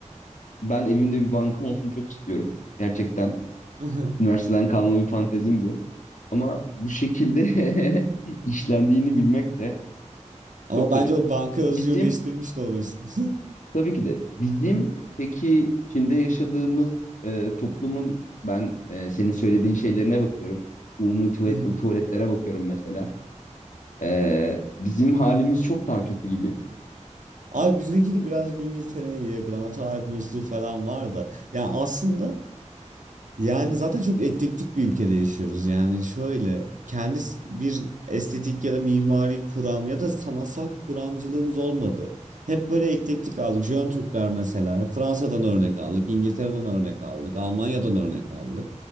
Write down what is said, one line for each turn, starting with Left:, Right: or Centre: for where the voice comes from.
Left: ben evimde bir bankam olsun çok istiyorum. Gerçekten
Right: <laughs>
Left: üniversiteden kalma bir fantezim bu. Ama bu şekilde <laughs> işlendiğini bilmek de
Right: Ama
Left: çok
Right: bence
Left: garip.
Right: o banka özgürleştirmiş
Left: Bizim
Right: de oluyorsun.
Left: tabii ki de bizim peki Çin'de yaşadığımız e, toplumun ben e, senin söylediğin şeylerine bakıyorum. Umumi tuvalet,
Right: <laughs>
Left: tuvaletlere bakıyorum mesela. E, bizim halimiz çok daha kötü gibi.
Right: Abi bizdeki de birazcık İngiltere'ye yakın ama tarih bozukluğu falan var da. Ya aslında yani zaten çok eklektik bir ülkede yaşıyoruz. Yani şöyle kendi s- bir estetik ya da mimari kuram ya da sanatsal kuramcılığımız olmadı. Hep böyle eklektik aldık. Jön Türkler mesela. Ya Fransa'dan örnek aldık, İngiltere'den örnek aldık, Almanya'dan örnek aldık.